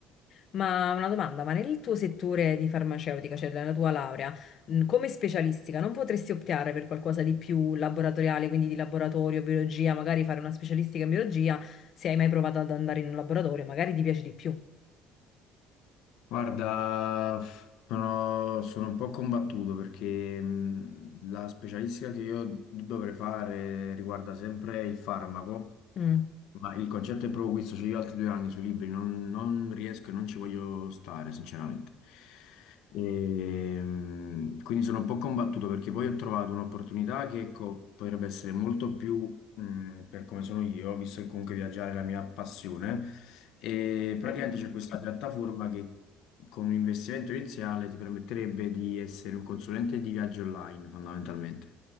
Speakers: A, on the left; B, on the left.
A: Ma una domanda, ma nel tuo settore di farmaceutica, cioè nella tua laurea, mh, come specialistica, non potresti optare per qualcosa di più laboratoriale, quindi di laboratorio, biologia, magari fare una specialistica in biologia, se hai mai provato ad andare in un laboratorio, magari ti piace di più.
B: Guarda, sono, sono un po' combattuto perché mh, la specialistica che io dovrei fare riguarda sempre il farmaco
A: Mm.
B: Ma il concetto è proprio questo, cioè io altri due anni sui libri non, non riesco e non ci voglio stare, sinceramente. Ehm, quindi sono un po' combattuto perché poi ho trovato un'opportunità che ecco, potrebbe essere molto più mh, per come sono io, visto che comunque viaggiare è la mia passione. E praticamente
A: <clears throat>
B: c'è questa piattaforma che con un investimento iniziale ti permetterebbe di essere un consulente di viaggio online, fondamentalmente.